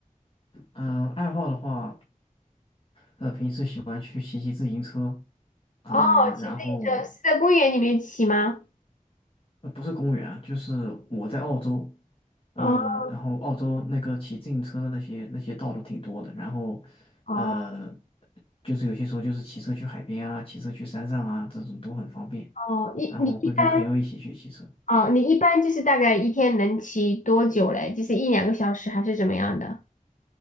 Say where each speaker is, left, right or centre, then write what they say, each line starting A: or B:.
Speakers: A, on the left; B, on the left.
A: 嗯，爱好的话，呃平时喜欢去骑骑自行车啊、
B: 哦，
A: 然后。
B: 骑自行车是在公园里面骑吗？
A: 呃不是公园啊，就是我在澳洲，嗯、
B: 哦
A: 然后澳洲那个骑自行车的那些那些道路挺多的，然后，
B: 哦
A: 呃，就是有些时候就是骑车去海边啊，骑车去山上啊，这种都很方便，
B: 哦，你你一般
A: 然后会跟朋友一起去骑车，
B: 哦，你一般就是大概一天能骑多久嘞？就是一两个小时还是怎么样的？